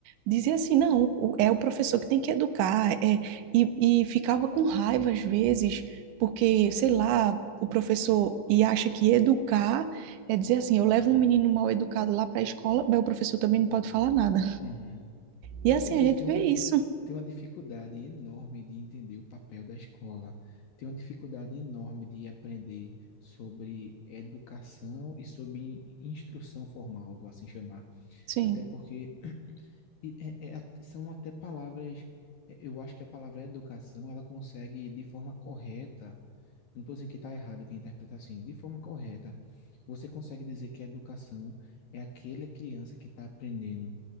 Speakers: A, on the right; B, on the left.
A: Dizia assim, não, o- é o professor que tem que educar, é, e, e ficava com raiva às vezes, porque, sei lá, o professor e acha que educar é dizer assim, eu levo um menino mal educado lá para a escola, mas o professor também não pode falar nada.
B: Uhum.
A: E
B: As
A: assim,
B: pessoas
A: a gente
B: têm
A: vê
B: um,
A: isso.
B: têm uma dificuldade enorme de entender o papel da escola, têm uma dificuldade enorme de aprender sobre educação e sobre instrução formal, vou assim chamar.
A: Sim,
B: Até porque E é- é é, at- são até palavras, é, eu acho que a palavra educação, ela consegue, de forma correta, não estou dizendo que está errado quem interpreta assim, de forma correta, você consegue dizer que a educação é aquele a criança que está aprendendo